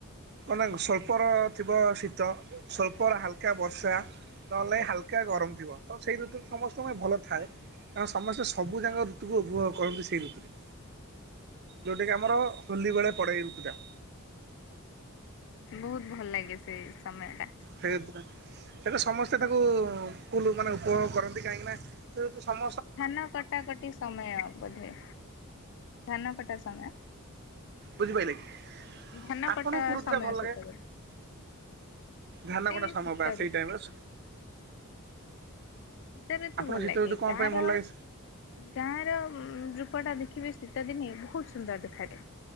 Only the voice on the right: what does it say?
ମାନେ ସ୍ୱ ଅଳ୍ପର ଥିବ ଶୀତ ସ୍ୱଳ୍ପର ହାଲକା ବର୍ଷା। ନହେଲେ ହାଲକା ଗରମ ଥିବ ତ ସେଇ ଋତୁ ସମସ୍ତଙ୍କ ପାଇଁ ଭଲ ଥାଏ। କାରଣ ସମସ୍ତେ ସବୁଯାକ ଋତୁକୁ ଉପଭୋଗ କରନ୍ତି ସେଇ ଋତୁରେ। ଯଉଟା କିି ଆମର ହୋଲି ବେଳେ ପଳେଇ ଏଇ ଋତଟା।
ହେଇଯାଉଥିଲା ସେଟା ସମସ୍ତେ ତାକୁୁ-ଉ-ଉ-ଉ କୁଲ୍ ମାନେ ଉପଭୋଗ କରନ୍ତି କାହିଁକି ନା ଯେହେତୁ ସମ
ବୁଝି ପାଇଲେ କି।
ଆପଣଙ୍କୁ
କୋଉ ଋତୁଟା
ଭଲ ଲାଗେ
ଧାନ କଟା ସମୟ
ବା ସେଇ
ଟାଇମରେ
ଆପଣଙ୍କୁ
ଶୀତ
ଋତୁ କଣ
ପାଇଁ ଭଲ ଲାଗେ